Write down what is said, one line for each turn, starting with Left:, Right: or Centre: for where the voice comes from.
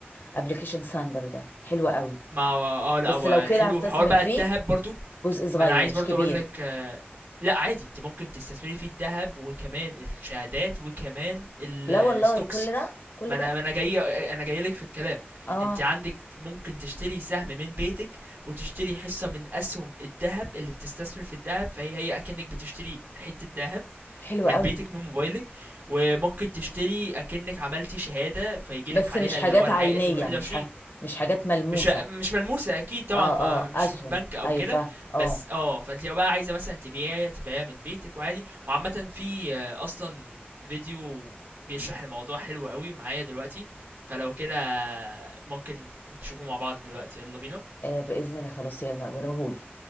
Left: ابلكيشن ساندر ده حلوة قوي
Right: ما هو اه لا
Left: بس
Right: هو
Left: لو كده
Right: حلو
Left: هستثمر
Right: في حوار بقى
Left: فيه
Right: الذهب برضو
Left: جزء صغير
Right: ما انا عايز
Left: مش
Right: برضو
Left: كبير
Right: اقول لك آه، لا عادي انت ممكن تستثمري في الذهب وكمان الشهادات وكمان الستوكس
Left: لا والله كل ده كل
Right: ما انا
Left: ده
Right: ما انا جاي انا جاي لك في الكلام
Left: اه
Right: انت عندك ممكن تشتري سهم من بيتك وتشتري حصة من اسهم الذهب اللي بتستثمر في الذهب فهي هي اكنك بتشتري حتة ذهب
Left: حلو
Right: من
Left: قوي
Right: بيتك من موبايلك وممكن تشتري اكنك عملتي شهادة فيجيلك
Left: بس
Right: عليها
Left: مش حاجات
Right: اللي هو العائد
Left: عينية
Right: الواحد
Left: مش
Right: وعشرين،
Left: ح... مش حاجات ملموسة
Right: مش مش ملموسة أكيد طبعا
Left: اه
Right: ما
Left: اه
Right: مش
Left: اسهم
Right: من بنك أو
Left: ايوه
Right: كده
Left: فاهم
Right: بس
Left: اه
Right: اه فانت لو بقى عايزة مثلا تبيعيها تبيعيها من بيتك وعادي وعامة في آه، أصلا فيديو بيشرح
Left: مم.
Right: الموضوع حلو قوي معايا دلوقتي فلو كده ممكن نشوفه مع بعض دلوقتي يلا بينا
Left: آه، باذن الله خلاص يلا وريهولي